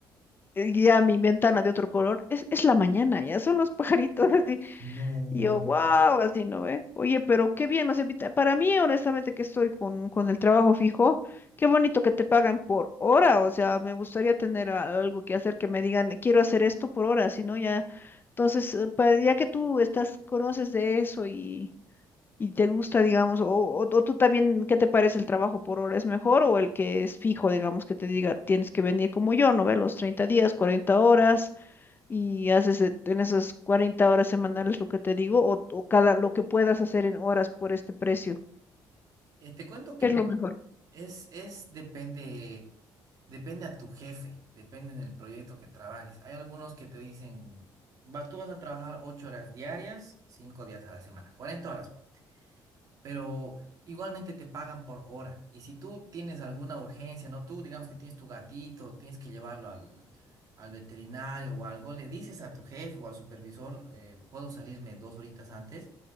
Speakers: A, on the left; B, on the right.
A: y ya mi ventana de otro color, es, es la mañana, ya son los pajaritos, <laughs>
B: No.
A: Y yo, wow, así no ve. Oye, pero qué bien, o sea, vita- para mí, honestamente, que estoy con, con el trabajo fijo, qué bonito que te pagan por hora, o sea, me gustaría tener a- algo que hacer que me digan, quiero hacer esto por hora, si no, ya, entonces, eh, pa- ya que tú estás, conoces de eso y, y te gusta, digamos, o, o, o tú también, ¿qué te parece el trabajo por hora? ¿Es mejor o el que es fijo, digamos, que te diga, tienes que venir como yo, no ve, los 30 días, 40 horas? y haces de- en esas 40 horas semanales lo que te digo o, o cada lo que puedas hacer en horas por este precio.
B: Eh, te cuento que
A: que es lo mejor.
B: es, es, depende, depende a tu jefe, depende en el proyecto que trabajes. Hay algunos que te dicen, va, tú vas a trabajar ocho horas diarias, cinco días a la semana, 40 horas, ponte. pero igualmente te pagan por hora. Y si tú tienes alguna urgencia, ¿no? Tú digamos que tienes tu gatito, tienes que llevarlo al, al veterinario o algo, le dices a tu jefe o al supervisor, eh, puedo salirme dos horitas antes.